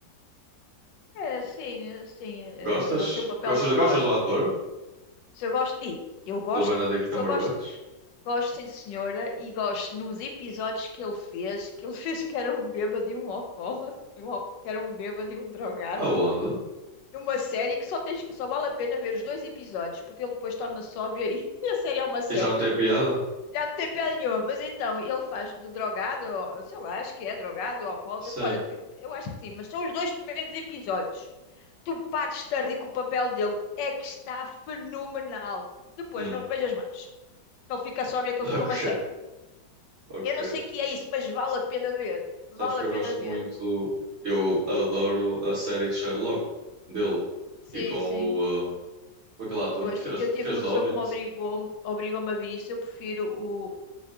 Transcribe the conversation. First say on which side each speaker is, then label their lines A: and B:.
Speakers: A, on the left; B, on the right.
A: É, sim, eh, sim, eh,
B: Gostas?
A: ele tem um papel,
B: Gostas,
A: gosto.
B: gostas do ator?
A: Se eu gosto, e eu gosto,
B: Do Benedict
A: e
B: Cumberbatch?
A: se eu gosto. Gosto em Senhora e gosto nos episódios que ele fez, que ele <laughs> fez que era um bêbado e um alcoólatra, e um al- que era um bêbado e um drogado,
B: Aonde?
A: numa série que só, tens, só vale a pena ver os dois episódios, porque ele depois torna sóbrio e, <laughs> e a série é uma seca.
B: E já não tem piada?
A: Já não tem piada nenhuma, mas então, ele faz de drogado, ou- sei lá, acho que é drogado ou alcoólatra,
B: Sim.
A: olha, tu- eu acho que sim, mas são os dois primeiros episódios. Tu partes-te a rir com o papel dele, é que está fenomenal. Depois
B: Hum.
A: não vejas
B: <laughs>
A: mais. Ele fica sóbrio, e aquilo
B: Ok,
A: fica uma seca.
B: ok.
A: Eu não sei o que é isso, mas vale a pena ver. Vale
B: Sabes que
A: a
B: eu
A: pena
B: gosto
A: ver.
B: muito. Eu adoro a série de Sherlock dele.
A: Sim,
B: E com
A: sim.
B: o. uh, aquele ator
A: Pois,
B: que fez,
A: ti- eu
B: que
A: tive
B: fez
A: uma
B: de
A: pessoa
B: Hobbit.
A: que me obrigou-me obrigou-me a ver isso. Eu prefiro o.